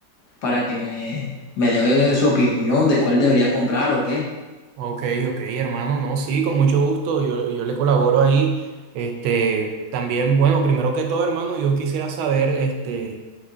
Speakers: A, on the left; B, on the right.
A: para que me, me dé su opinión de cuál debería comprar o qué.
B: Ok, ok, hermano, no, sí, con mucho gusto, yo, yo le colaboro ahí. Este, también, bueno, primero que todo, hermano, yo quisiera saber, este,